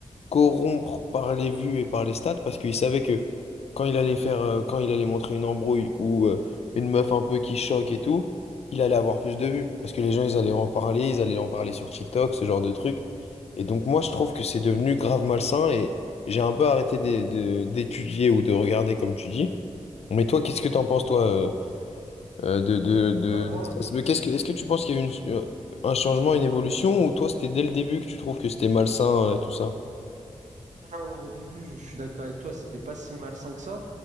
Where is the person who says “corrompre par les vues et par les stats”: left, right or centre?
Left